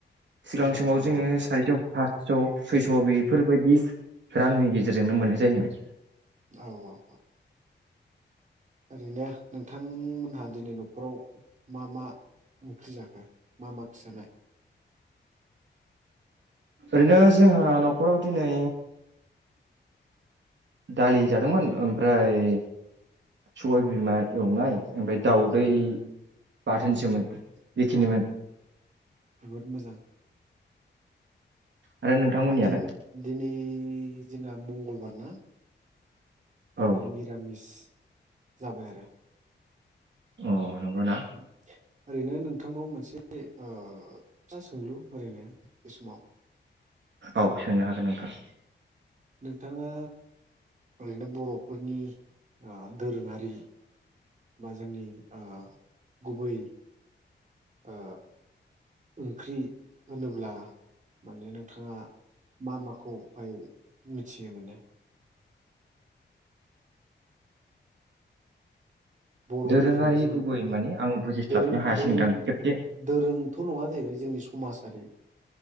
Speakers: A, on the right (about 70°); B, on the right (about 40°).
A: सिगां
B: एखमबा
A: समाव
B: बारा
A: जोङो सारिटायाव फासस' सयस' बेफोरबायदि रांनि गेजेरजोंनो मोननाय जायोमोन।
B: औ औ औ। ओरैनो नोंथांमोनहा दिनै न'खराव मा मा ओंख्रि जाखो मा मा खिजानाय?
A: ओरैनो जोंहा न'खराव दिनै दालि जादोंमोन ओमफ्राय सबाय बिमा एवनाय ओमफ्राय दाउदै
B: औ
A: बाथोनसोमोन। बेखिनिमोन
B: अ जोबोद मोजां
A: आरो नोंथांमोननियालाय
B: दिन दिनै। <unintelligible> जोंङा मंगलबारना
A: औ
B: मिरामिस जाबाय आरो
A: अ। नंगौना
B: <inaudible> ओरैनो नोंथांनाव मोनसे ओ फिसा सोंलु ओरैनो बे समाव
A: औ सोंनो हागोन नोंथां
B: नोंथाङा ओरैनो बर'फोरनि आ दोरोङारि बा जोंनि आ गुबै ओ ओंख्रि होनोब्ला माने नोंथाङा मा माखौहाय मिथियो माने बर'नि
A: दोरोङारि
B: जोंनि
A: गुबै
B: औ
A: मानि आं बुजिस्लाबनो
B: दोरों
A: हायासै
B: दोरों
A: नोंथां खेबसे
B: दोरोंथ' नङा जाहैबाय जोंनि समाजारि